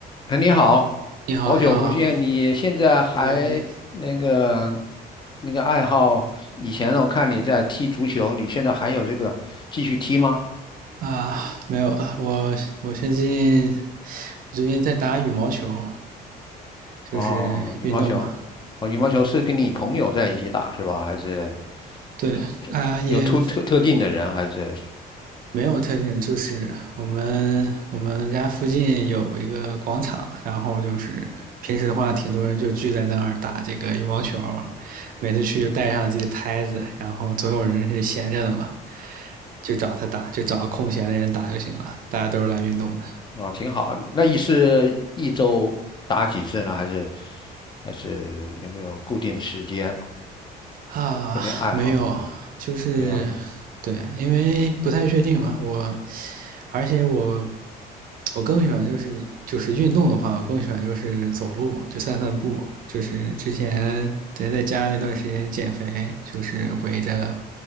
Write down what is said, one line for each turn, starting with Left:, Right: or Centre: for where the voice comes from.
Left: 哎，你好，
Right: 你好，
Left: 好久不见，
Right: 你好，好
Left: 你现在还
Right: 久不见
Left: 那个那个爱好？以前我看你在踢足球，你现在还有这个继续踢吗？
Right: 啊！没有了，我我最近我最近在打羽毛球，就是运动嘛。
Left: 哦，羽毛球，哦，羽毛球是跟你朋友在一起打是吧？还是
Right: 对啊，
Left: 这这这有特特特定的人？
Right: 也
Left: 还是
Right: 没有特定，就是我们我们家附近有一个广场，然后就是平时的话，挺多人就聚在那儿打这个羽毛球，每次去就带上自己拍子，然后总有人是闲着的嘛，就找他打，就找空闲的人打就行了。大家都是来运动的。
Left: 哦，挺好。那你是一周打几次呢？还是还是有没有固定的时间、
Right: 啊，
Left: 固定爱好呢？
Right: 没有，就是对，
Left: 没有。
Right: 因为不太确定嘛，我而且我我更喜欢就是就是运动的话，我更喜欢就是走路，就散散步，就是之前之前在家那段时间减肥，就是围着